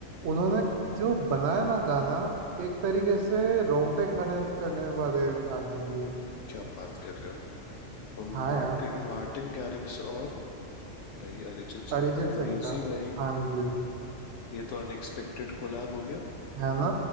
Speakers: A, on the right (about 65°); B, on the left (about 75°).
A: उन्होंने जो बनाया ना गाना एक तरीके से रोंगटे खड़े करने वाले गाना है ये
B: क्या बात कर रहे हो
A: हाँ
B: मार्टिन
A: यार
B: मार्टिन गैरिक्स और भाई अरिजीत सिंह
A: अरिजीत
B: क्रेजी
A: सिंह का
B: भाई
A: हाँ जी
B: ये तो अनएक्सपेक्टेड कोलैब हो गया
A: है ना